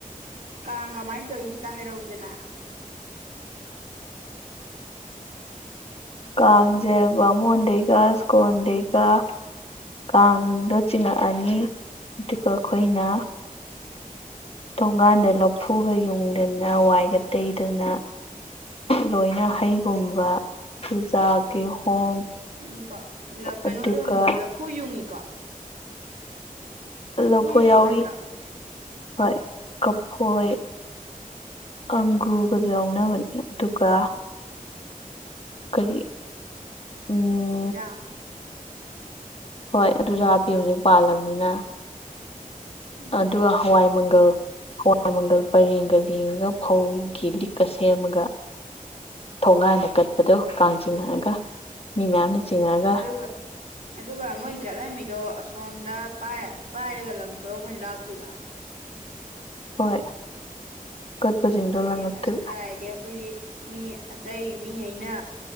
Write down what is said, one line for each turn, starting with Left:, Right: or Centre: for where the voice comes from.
Right: ꯀꯥꯡ ꯀꯃꯥꯏꯅ ꯇꯧꯏ ꯈꯤꯇ ꯍꯥꯏꯔꯛꯎꯗꯅ
Left: ꯀꯥꯡꯖꯦ ꯕꯥꯃꯣꯟꯗꯒꯤꯒ ꯁ꯭ꯀꯣꯟꯗꯦꯒ ꯀꯥꯡꯗꯣ ꯆꯤꯡꯉꯛꯑꯅꯤ ꯑꯗꯨꯒ ꯑꯩꯈꯣꯏꯅ ꯊꫭꯒꯥꯟꯗꯩ ꯂꯐꯨꯒ ꯌꯨꯡꯗꯅ ꯋꯥꯏꯒ ꯇꯩꯗꯅ ꯂꯣꯏꯅ ꯍꯩꯒꯨꯝꯕ ꯆꯨꯖꯥꯛ ꯀꯤꯍꯣꯝ
Right: <unintelligible> ꯀꯩꯅꫭ
Left: ꯑꯗꯨꯒ
Right: ꯂꯐꯨ ꯌꯨꯡꯉꯤꯀꯣ ꯂꯐꯨ
Left: ꯂꯐꯣꯏ
Right: ꯌꯨꯡꯕ
Left: ꯌꯥꯎꯏꯤ
Right: ꯅꯠꯇ꯭ꯔꯥ
Left: ꯍꯣꯏ ꯀꯐꯣꯏ ꯑꯪꯒꯨꯔꯒꯖꯨ ꯌꯎꯅꯕꯅꯤ ꯑꯗꯨꯒ ꯀꫪꯤ ꯎꯝ
Right: ꯖꯝ
Left: ꯍꯣꯏ ꯑꯗꯨꯗ ꯍꯥꯞꯄꯦ ꯍꯧꯖꯤꯛ ꯄꯥꯜꯂꯝꯅꯤꯅ
Right: ꯎꯝ
Left: ꯑꯗꯨꯒ ꯍꯋꯥꯏ ꯃꯪꯒꯜ ꯍꯋꯥꯏ ꯃꯪꯒꯜ ꯄꯔꯦꯡꯒ ꯂꯦꯡꯉꯒ ꯐꯧꯒꯤ ꯂꯤꯛꯀ ꯁꯦꯝꯃꯒ ꯊꯣꯡꯒꯥꯟꯗ ꯀꯠꯄꯗꯣ ꯀꯥꯡ ꯆꯤꯡꯉꯛꯑꯒ ꯃꯤ ꯃꯌꯥꯝꯅ
Right: ꯎꯝ
Left: ꯆꯤꯡꯉꯛꯒ
Right: ꯑꯗꯨꯒ ꯑꯗꯨꯒ ꯃꯣꯏ ꯀꯠꯂꯝꯃꯤꯗꯣ ꯑꯁꯣꯝꯗ ꯄꯥꯏꯔꯒ ꯂꯪꯊꯣꯔꯛꯑ ꯑꯩꯈꫭꯏꯅ ꯂꯥꯛꯇꯣꯏꯕ
Left: ꯍꯣꯏ ꯀꯠꯄꯁꯤꯡꯗꯣ
Right: ꯑꯩꯈꯣꯏꯗꯤ
Left: ꯂꯪꯉꯛꯇꯣꯏꯕ
Right: ꯑꯁ ꯀꯔꯥꯏꯗꯩ ꯑꯩꯈꯣꯏꯗꯤ ꯃꯤ ꯑꯇꯩ ꯃꯤꯉꯩꯅ